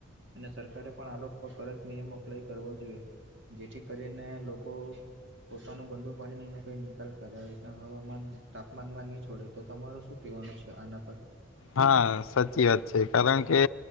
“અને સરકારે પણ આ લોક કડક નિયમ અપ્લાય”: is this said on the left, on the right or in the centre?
Right